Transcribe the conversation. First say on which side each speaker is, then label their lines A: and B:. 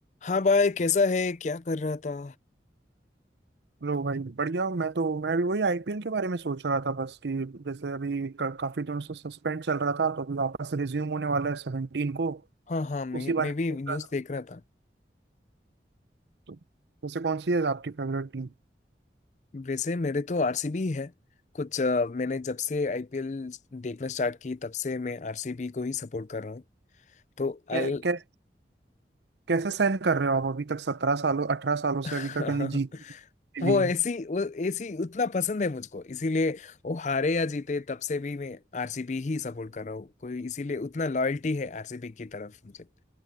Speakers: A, on the left; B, on the right.
A: हाँ भाई कैसा है क्या कर रहा था
B: लो भाई बढ़िया मैं तो मैं भी वही आईपीएल के बारे में सोच रहा था बस कि जैसे अभी का, काफी दिनों से सस्पेंड चल रहा था तो अभी वापस रिज्यूम होने वाला है सेवनटीन को
A: हाँ हाँ मैं
B: उसी बारे
A: मैं
B: में
A: भी न्यूज़
B: सोच रहा था
A: देख रहा था
B: तो वैसे कौन सी है आपकी फेवरेट टीम
A: वैसे मेरे तो आरसीबी है कुछ अ, मैंने जब से आईपीएल देखना स्टार्ट की तब से मैं आरसीबी को ही सपोर्ट कर रहा हूँ तो अल
B: कै, कै, कैसे सहन कर रहे हो आप अभी तक सत्रह सालों अठारह सालों
A: <laughs>
B: से अभी तक यानी जीत
A: वो
B: भी
A: ऐसी वो ऐसी उतना पसंद है मुझको इसीलिए वो हारे या जीते तब से भी मैं आरसीबी ही सपोर्ट कर रहा हूँ कोई इसीलिए उतना लॉयल्टी है आरसीबी की तरफ मुझे